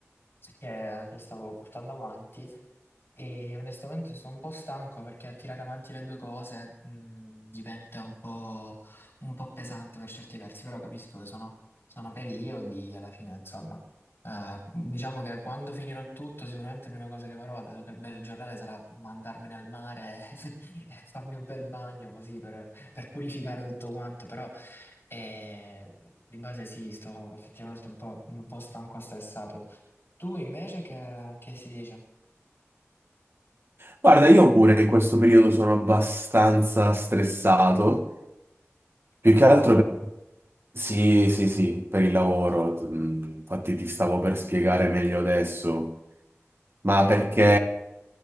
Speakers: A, on the left (about 55°); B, on the right (about 50°).
A: che, che stavo portando avanti e onestamente sono un po' stanco perché tirare avanti le due cose mh, diventa un po', un po' pesante per certi versi, però capisco che sono, sono periodi e alla fine, insomma, eh, diciamo che quando finirò tutto, sicuramente la prima cosa che farò, dato che il bel giornale sarà mandarmene al mare <laughs> e farmi un bel bagno così per, per purificare tutto quanto, però... E di base sì, sto effettivamente un po', un po' stanco e stressato. Tu invece che, che si dice?
B: Guarda, io pure in questo periodo sono abbastanza stressato,
A: Per
B: più
A: il
B: che
A: lavoro?
B: altro per... Sì, sì, sì, per il lavoro. Mm, Infatti ti stavo per spiegare meglio adesso, ma perché